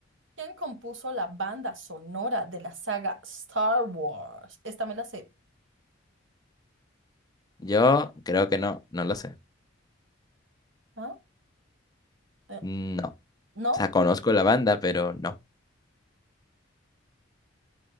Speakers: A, on the right (about 75°); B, on the left (about 20°).
A: ¿Quién compuso la banda sonora de la saga Star Wars? Esta me la sé.
B: Yo creo que no, no lo sé.
A: ¿Ah? Eh,
B: No. O
A: ¿No?
B: sea, conozco la banda, pero no.